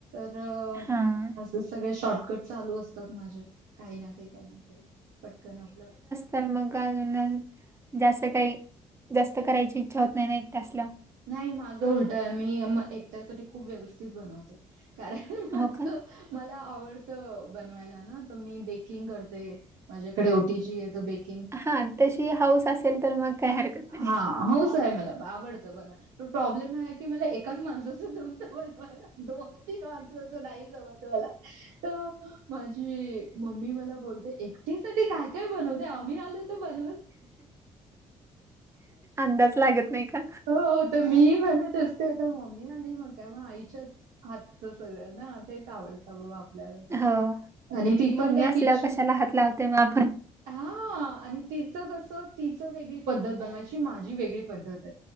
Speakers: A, on the right; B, on the right.
A: तर
B: हां.
A: अस सगळे शॉर्टकट चालू असतात माझे. काही ना काही काही ना काही पटकन आपलं
B: तर मग अजून अजून जास्त काही जास्त करायची इच्छा होत नाही ना एकट असल्यावर.
A: नाही माझं उलट आहे मी एकट्यासाठी खूप व्यवस्थित बनवते. कारण माझं,
B: हो का?
A: मला आवडत बनवायला ना तर मी बेकिंग करते माझ्याकडे ओटी जी आहे त बेक,
B: हा तशी हाऊस असेल तर मग काय हरकत,
A: हा
B: नाही.
A: होस आहे मला आवडत, पण प्रोब्लेम हा आहे की मला एकाच माणसाच जमत बनवायला, दोन तीन माणसंंच नाही जमत अत आहे मला, तर माझी मम्मी मला बोलते एकटी साठी काय काय बनवते आम्ही आलो, तु बन,
B: अंदाज लागत नाही का?
A: हो, तर मी बनवत असते तर मम्मी आली म्हण का आईच्याच हातच सगळं ना तेच आवडत, टळू आपल्या नतर
B: हो.
A: आणि ती
B: मम्मी
A: पण काय
B: असल्यावर
A: खिचन.
B: कशाला हात लावते मग आपण.
A: हा आणि तिचं कसं तिचं वेगळी बनवायची माझी वेगळी पद्धत